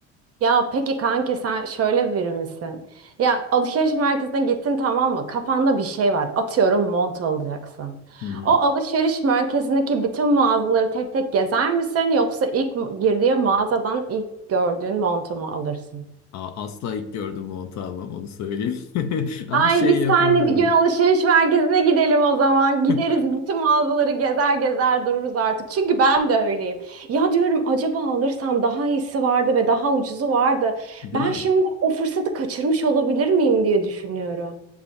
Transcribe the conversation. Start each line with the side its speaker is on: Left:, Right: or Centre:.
Right: Ya peki kanki sen şöyle biri misin? Ya alışveriş merkezine gittin tamam mı? Kafanda bir şey var. Atıyorum mont alacaksın.
Left: Hı hı.
Right: O
Left: <laughs>
Right: alışveriş merkezindeki bütün mağazaları tek tek gezer misin? Yoksa ilk girdiğin mağazadan ilk gördüğün montu mu alırsın?
Left: A- Asla ilk gördüğüm montu almam onu söyleyeyim. <laughs> Ama
Right: Ay
Left: şey
Right: biz
Left: yapabilirim.
Right: seninle bir gün alışveriş merkezine gidelim o zaman. Gideriz
Left: <laughs>
Right: bütün mağazaları gezer gezer dururuz artık. Çünkü ben de öyleyim. Ya diyorum acaba alırsam daha iyisi vardı ve daha ucuzu vardı.
Left: Değil
Right: Ben
Left: mi?
Right: şimdi o fırsatı kaçırmış olabilir miyim diye düşünüyorum.